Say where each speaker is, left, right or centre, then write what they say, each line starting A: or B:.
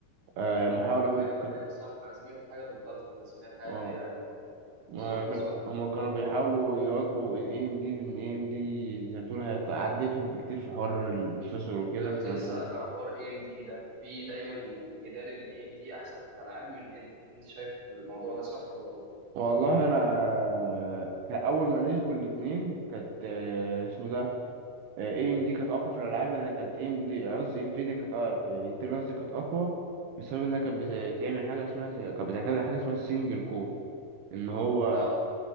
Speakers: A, on the right; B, on the right.
A: آه محاولة
B: أوف.
A: م...
B: أيوه
A: كت...
B: أيوه صح أنا سمعت حاجة بالألترا ده سمعت حاجة
A: اه
B: زي كده قبل كده فعلا
A: ما
B: بالظبط
A: كان...
B: صح
A: هما كانوا بيحاولوا يواكبوا ال اي ام دي لان اي ام دي زي ما بتقول هي عدتهم بكتير في حوار البروسيسور وكده
B: أنا كنت
A: فكانوا
B: لسه أسألك
A: بيحاولوا
B: على حوار اي ام دي ده في دايما جدال إن اي ام دي أحسن في الألعاب من انتل أنت شايف الموضوع ده صح ولا غلط؟
A: والله انا كأول ما نزلوا الاتنين كانت آه، اسمه ده اي ام دي كانت اقوى في الالعاب لان كانت اي ام دي قصدي انفيديا كانت انتل قصدي كانت اقوى بسبب انها كانت بتعمل حاجه اسمها زي- كانت بتعتمد على حاجه اسمها السنجل كور ان هو
B: أه